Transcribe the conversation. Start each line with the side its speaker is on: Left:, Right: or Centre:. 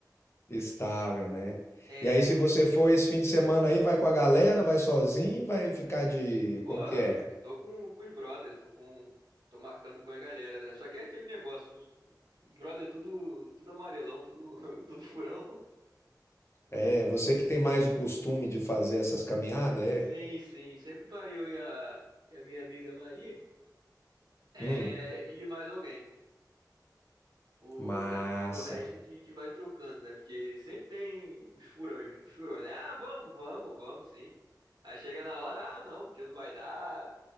Left: estável, né?
Right: É.
Left: E aí, se você for esse fim de semana aí, vai com a galera, vai sozinho, vai ficar de.
Right: Pô,
Left: Como
Right: eu
Left: que é?
Right: tô com, com os brothers, tô com, tô marcando com a galera, né? Só que é aquele negócio, os- brother, tudo, tudo amarelão, tudo, <laughs> tudo furão.
Left: É, você que tem mais o costume de fazer essas caminhadas, é?
Right: Sim, sim, sempre vai eu e a, e a minha amiga Maria, é,
Left: Hum,
Right: e mais alguém. O,
Left: massa.
Right: o, re- o resto que, que vai trocando, né? Porque sempre tem os furões, os furões, né? Ah, vamos, vamos, vamos, sim. Aí chega na hora, ah, não, porque não vai dar.